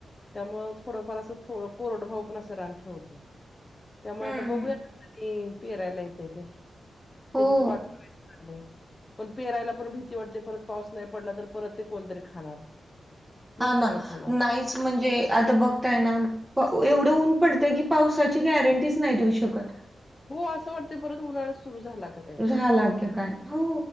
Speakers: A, on the left; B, in the centre.
A: त्यामुळं थोडंफार असं थोडं कोरड भाव पण असं रान ठेवतो. त्यामुळे
B: हम्म
A: आता
B: हम्म
A: बघूया ते पेरायला येतय ते
B: हो
A: त्याचीच वाट बघायचं पण पेरायला पण भीती वाटते परत पाऊस नाही पडला तर परत ते कोणतरी खाणार. नुकसानच
B: हा ना
A: होणार
B: नाहीच म्हणजे आता बघताय ना एवढं ऊन पडतंय की पावसाची गॅरंटीच नाही देऊ शकत.
A: हो असं वाटतय परत उन्हाळाच सुरू झाला का. काय
B: झाला की काय हो.